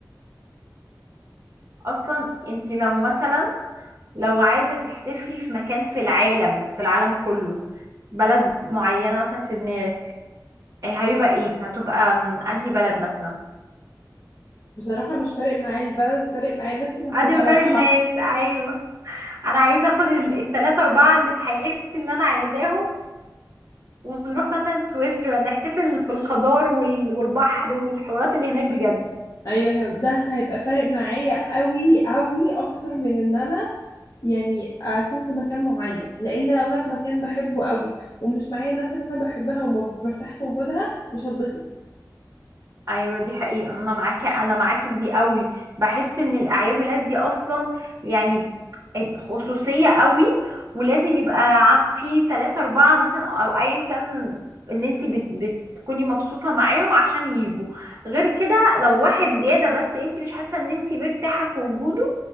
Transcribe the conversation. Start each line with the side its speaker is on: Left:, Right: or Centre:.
Right: اصلا انت لو مثلا لو عايزه تحتفلي في مكان في العالم في العالم كله بلد معينه مثلا في دماغك آه، هيبقى ايه هتبقى م، انهي بلد مثلا
Left: بصراحة مش فارق معايا البلد فارق معايا الناس اللي
Right: عادي
Left: هتبقى
Right: بفرق
Left: رايحة
Right: الناس أيوه. انا عايزه اخد ال- التلاتة اربعة اللي في حياتي اللي انا عايزاهم ونروح مثلا سويسرا نحتفل في الخضار وال- والبحر والحوارات اللي هناك بجد
Left: ايوه ده هيبقى فارق معايا قوي قوي اكتر من ان انا يعني اكون في مكان معين لان لو انا في مكان بحبه قوي ومش معايا الناس اللي انا بحبها وما برتاح في وجودها مش هتبسط
Right: ايوه دي حقيقه انا معاكي انا معاكي في دي قوي بحس ان الاعياد ميلاد دي اصلا يعني خصوصيه قوي ولازم يبقى عم- في تلاتة اربعة مثلا او ايا كان اللي انت بت بتكوني مبسوطه معاهم عشان يجوا غير كده لو واحد زياده بس انت مش حاسه ان انت مرتاحه في وجوده